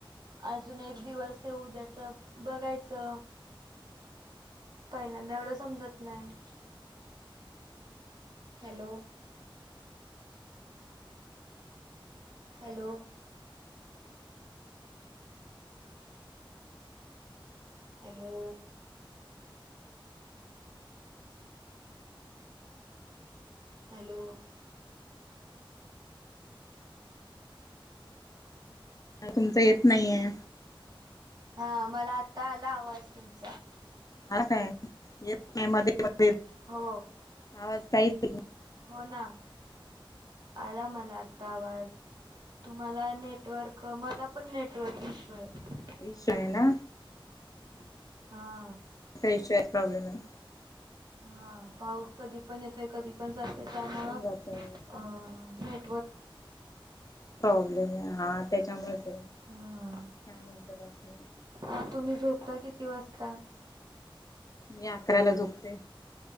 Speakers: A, on the right; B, on the left.
A: अजून एक दिवस ये उद्याच बघायचं पहिल्यांदा एवढं समजत नाही हॅलो हॅलो हॅलो हॅलो
B: तुमच येत नाहीये
A: हा मला आता आला आवाज तुमचा
B: ह काय येत नाही मध्ये मध्ये
A: हो
B: आवाज काहीच
A: हो ना आला मला आत्ता आवाज तुम्हाला नेटवर्क मला पण नेटवर्क इश्यू आहे
B: खुश आहे ना
A: हा
B: विषयाचा प्रॉब्लेम आहे
A: हा पाऊस कधी पण येतोय कधी पण जातोय त्यांमुळ
B: पण जातो
A: अ भेट
B: प्रॉब्लेम आहे हा त्याच्यामुळेच काय
A: हा
B: म्हणत बाकी <inaudible>
A: अ तुम्ही झोपता किती वाजता
B: मी अकराला झोपते